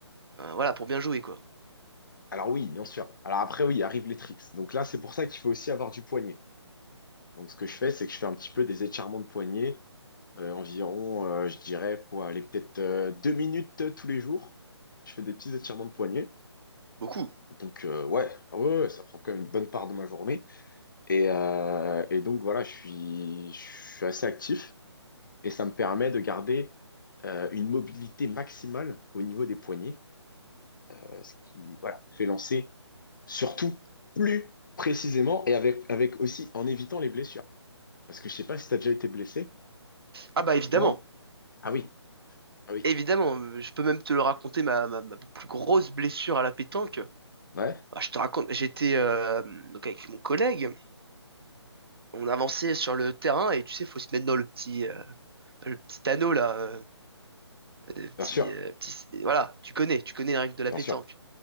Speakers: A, on the right; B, on the left.
A: euh, voilà, pour bien jouer quoi.
B: Alors oui, bien sûr. Alors après, oui, arrivent les trips. Donc là, c'est pour ça qu'il faut aussi avoir du poignet. Donc ce que je fais, c'est que je fais un petit peu des étirements de poignet, euh, environ, euh, je dirais, pour aller peut-être euh, deux minutes euh, tous les jours. Je fais des petits étirements de poignet.
A: Beaucoup.
B: Donc euh, ouais, ouais, ouais, ouais, ça prend quand même une bonne part de ma journée. Et, euh, et donc voilà, je suis, je suis assez actif et ça me permet de garder euh, une mobilité maximale au niveau des poignets, euh, ce qui voilà, me fait lancer Surtout plus précisément et avec, avec aussi en évitant les blessures. Parce que je sais pas si tu as déjà été blessé,
A: Ah
B: mais
A: bah évidemment.
B: moi, ah oui, ah oui,
A: Évidemment, euh, je peux même te le raconter ma, ma- ma plus grosse blessure à la pétanque.
B: ouais,
A: Bah, je te raconte, j'étais euh, donc avec mon collègue, on avançait sur le terrain et tu sais, faut se mettre dans le petit euh, le petit anneau là, euh, le petit
B: bien sûr,
A: euh, petit voilà, tu connais, tu connais les règles de la
B: bien
A: pétanque.
B: sûr,